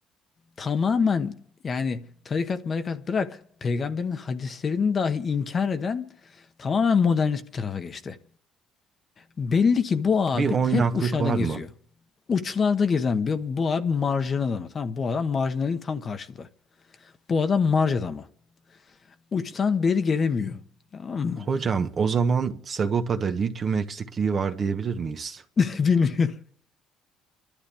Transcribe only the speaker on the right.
Bir oynaklık
var
mı?
Hocam o zaman Sagopa'da lityum eksikliği var diyebilir miyiz?